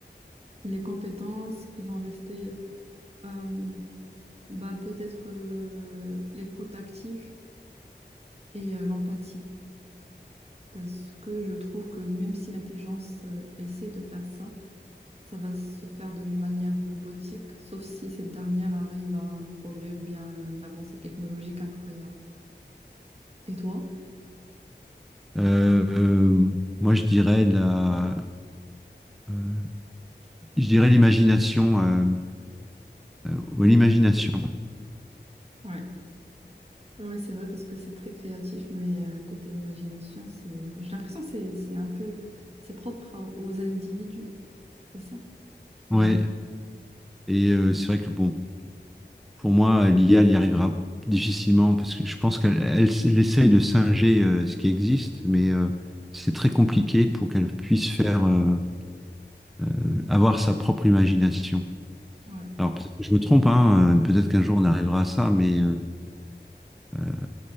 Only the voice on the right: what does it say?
Les compétences qui vont rester, euh, bah, peut-être euh, l'écoute active et euh, l'empathie. Parce que je trouve que même si l'intelligence euh, essaie de faire ça, ça va se faire de manière robotique, sauf si cette dernière arrive à un progrès ou bien une avancée technologique incroyable. Et toi?
Ouais. Oui, c'est vrai parce que c'est très créatif, mais euh, côté imagination, c'est, j'ai l'impression que c'est c'est un peu, c'est propre à- aux individus. C'est ça? Il
me-
Ouais,